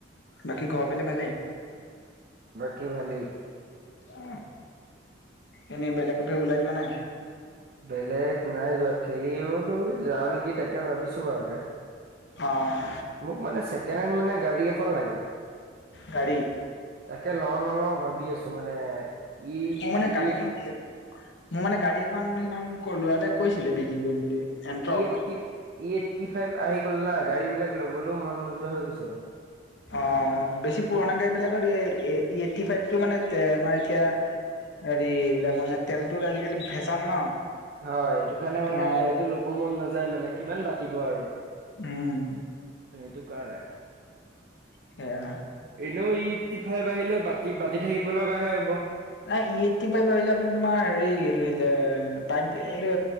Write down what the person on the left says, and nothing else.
বাকী ঘৰ ফালে ভালে?
উ এনেই বেলেগ ফে ওলাই যিবা নাই।
অ',
গাড়ী?
অ মানে
গাড়ী এখন মোৰ মানে গাড়ী এখন সিদিনাখন ক লৰাটাই কৈছিলে বিক্ৰী কৰিম বুলি এণ্ট্ৰক
অ বেছি পুৰণা গাড়ী বিলাকত ফটি ফাইভটো মানে আমাৰ এতিয়া হেৰি এইবিলাক মানে তেলটো আজিকালি ভেজাল ন
তোমাৰ
উম।
সেয়া
নাই ইতি আহিলে আপোনাৰ তোমাৰ হেৰি এইটোছিলে পাই এইটো